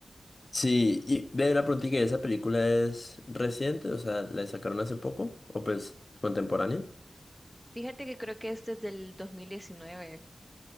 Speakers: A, on the left; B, in the centre.
A: Sí, y ve una pregunta, ¿esa película es reciente? O sea, ¿la sacaron hace poco o pues contemporánea?
B: Fíjate que creo que este es del dos mil diecinueve,